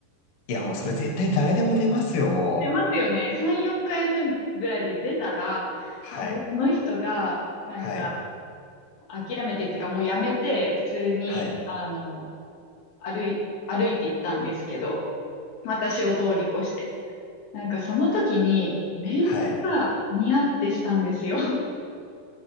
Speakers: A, on the left (about 85°); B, on the left (about 60°).
A: いや、もうそれ絶対誰でも出ますよ、もう。
B: 出ますよね。3、4回目ぐらいで出たら、
A: はい、
B: なんかその人が、なんか、
A: はい、
B: 諦めてっていうか、もうやめて、普通に、
A: はい、
B: あの、歩い、歩いて行ったんですけど、私を通り越して。なんかその時にめっちゃニヤってしたんですよ。
A: はい。
B: <laughs>